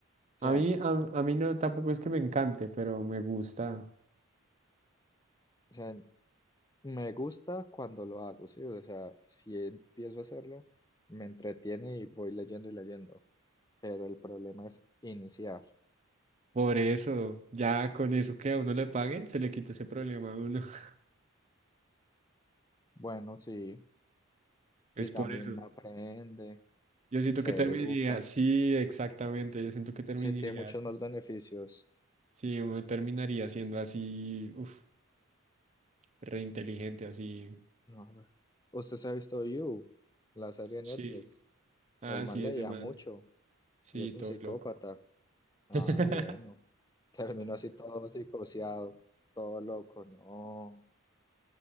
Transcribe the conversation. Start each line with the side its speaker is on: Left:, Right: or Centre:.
Left: sea,
Right: A mí, a, a mí no, tampoco es que me encante, pero me gusta.
Left: o sea, me gusta cuando lo hago, sí. O sea, si empiezo a hacerlo, me entretiene y voy leyendo y leyendo. Pero el problema es iniciar.
Right: Por eso, ya con eso que a uno le paguen, se le quita ese problema a uno. <laughs>
Left: Bueno, sí.
Right: Es
Left: Y
Right: por
Left: también
Right: eso.
Left: aprende,
Right: Yo siento
Left: se
Right: que terminaría,
Left: educa.
Right: sí, exactamente, yo siento que terminaría
Left: Sí, tiene muchos
Right: así.
Left: más beneficios.
Right: Sí, uno terminaría siendo así, uf, reinteligente, así.
Left: No, a ver. Usted se ha visto You, la serie de
Right: Sí.
Left: Netflix.
Right: Ah,
Left: El man
Right: sí,
Left: leía
Right: ese man.
Left: mucho
Right: Sí,
Left: y es
Right: todo
Left: un psicópata.
Right: loco.
Left: Ah,
Right: <laughs>
Left: bueno. Terminó así todo psicoseado, todo loco. No,